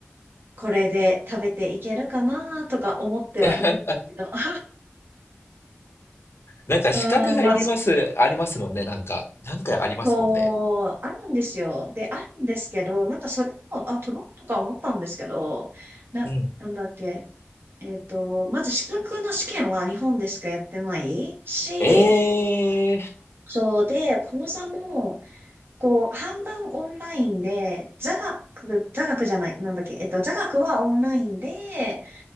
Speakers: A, on the right; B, on the left.
A: これで食べていけるかなとか思ってはいるんですけど。
B: <laughs>
A: <laughs>
B: なんか、
A: うん、
B: 資格がいります、
A: まあ、そ
B: ありますもんね。なんか、なんかありますもんね。
A: そう、あるんですよ。で、あるんですけど、なんかそれも、あ、取ろうとか思ったんですけど、な、
B: うん。
A: なんだっけ。えっと、まず資格の試験は日本でしかやってないし、
B: ええー、
A: そうで、講座も、こう、半分オンラインで、座学、座学じゃない、なんだっけ、えっと、座学はオンラインで、